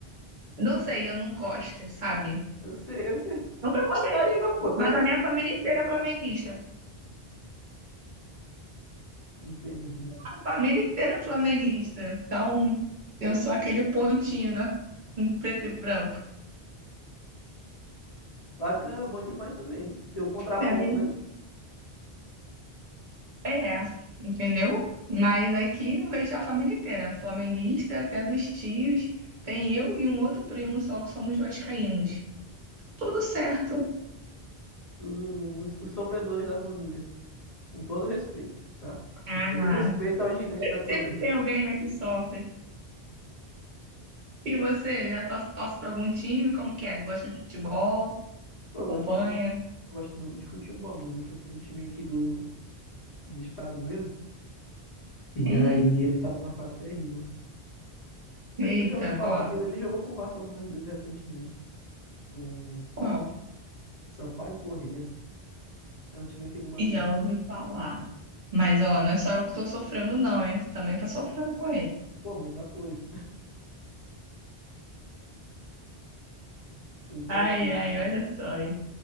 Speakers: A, on the right; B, on the left.
A: Não sei, eu não gosto, sabe?
B: eu sei, eu sei.
A: Nunca
B: É vascaíno,
A: gostei.
B: pô, tu
A: Mas
B: é
A: a minha família inteira é flamenguista.
B: Entendi.
A: A família inteira é flamenguista. Então, eu sou aquele pontinho, né? <laughs> Preto e branco.
B: Bacana, bom demais também. Teu contraponto,
A: É,
B: né?
A: é, é. entendeu? Mas aqui o resto é a família inteira, flamenguista, até dos tios. Tem eu e um outro primo só que somos vascaínos. Tudo certo.
B: Tudo lindo. Os, os sofredores da família. Com todo respeito, tá?
A: Ah,
B: Com todo <laughs> respeito ao gigante da colina.
A: Sempre tem alguém, né, que sofre. E você, já torce, torce para algum time? Como que é? Gosta de futebol?
B: Pô,
A: Acompanha?
B: eu gosto muito, gosto muito de futebol, mas eu torço pra um time aqui do, do estado mesmo. E
A: Uhum.
B: aí ele tá numa fase terrível. Não sei
A: Eita,
B: se tu já ouviu falar
A: ó,
B: dele. Ele jogou com o Vasco algumas vezes recentemente. Com
A: qual?
B: Sampaio Corrêa. É um time aqui do Maranhão.
A: Já ouvi falar. Mas, ó, não é só eu que tô sofrendo, não, hein? Também tá sofrendo com ele.
B: Pô, muita coisa. <laughs> Muita
A: Ai,
B: coisa.
A: ai, olha só, hein?